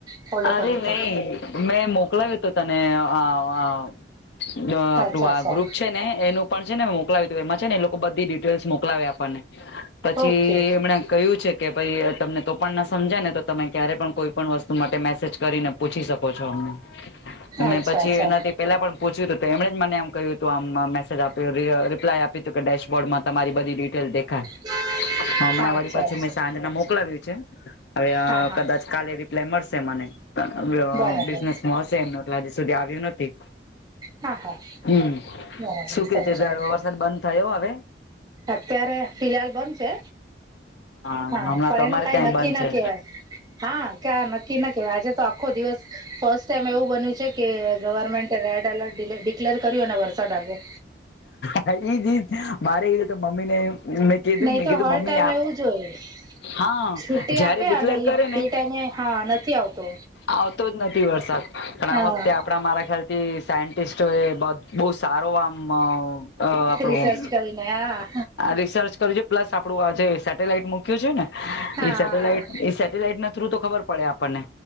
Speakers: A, on the right (about 20°); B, on the left (about 70°).
A: ફોલો
B: અરે
A: કર્યું
B: નહી
A: હતું.
B: મેં મોકલાવ્યો તો તને અ અ જો અ આપણું
A: અચ્છા
B: આ
A: અચ્છા
B: ગ્રુપ છે, ને એનું પણ છે, ને મોકલાવીયું હતુ એમાં છે ને એ લોકો બધી ડિટેલ્સ મોકલાવે આપણને પછી
A: ઓકે
B: એમણે કહ્યું છે, કે ભાઈ તમને તો પણ ના સમજાય ને તો તમે ક્યારે પણ કોઈ પણ વસ્તુ માટે મેસેજ કરીને પૂછી શકો છો અમને અમને મે
A: અચ્છા
B: પછી
A: અચ્છા
B: એનાથી પેલા પણ પૂછ્યું હતું તે એમણે જ મને એમ કહ્યું હતું આમ આમ મેસેજ આપ્યું રિ રિપ્લાય આપ્યું હતું કદાચ. બોર્ડમાં તમારી બધી ડિટેલ દેખાય.
A: <unintelligible> <unintelligible>
B: હમણાં
A: અચ્છા
B: વરી પાછી
A: અચ્છા
B: મેં સાંજના મોકલાવ્યું છે, હવે અ
A: હા હા
B: કદાચ કાલે રિપ્લાય મળશે મને અ
A: બરાબર
B: બિઝનેસમાં હશે એમને હજી સુધી આવ્યું નથી.
A: હા હા
B: હમ
A: બરાબર
B: શું કે
A: સમજાયું
B: છે, વરસાદ બંધ થયો હવે?
A: અત્યારે ફિહાલ બંધ છે.
B: હમણાં
A: હા પણ
B: તો
A: એનું
B: અમારે
A: કઈ
B: ત્યાં
A: નક્કી
B: બંધ
A: ના
B: છે
A: કહેવાય. હા ક્યાં નક્કી ન કેવાય આજે તો આખો દિવસ ફર્સ્ટ ટાઈમ એવું બન્યું છે, કે government red alert delay declare કર્યો ને વરસાદ આવ્યો.
B: ઇજ ઇજ મારે ઇજ. મમ્મી ને મેં કીધું
A: નહી
B: મેં
A: તો
B: કીધું
A: હર
B: મમ્મી
A: ટાઈમ
B: આમ
A: એવું જ હોય
B: હા
A: છુટ્ટી
B: જયારે
A: આપે
B: ડિક્લેર
A: અને
B: કરે ને
A: એ ટાઈમે હા નથી આવતો
B: આવતો જ નથી વરસાદ. પણ
A: હા
B: આ વખતે આપણા મારા ખ્યાલ થી સાયન્ટિસ્ટો એ બ બહુ સારો અ અ આપણું
A: રિસર્ચ કરીને હા
B: રિસર્ચ કરજો. પ્લસ આપડું આ જે સેટેલાઈટ મૂક્યું છે, ને
A: હા
B: એ સેટેલાઈટ સ સેટેલાઈટ ના થ્રુ તો ખબર પડે આપણને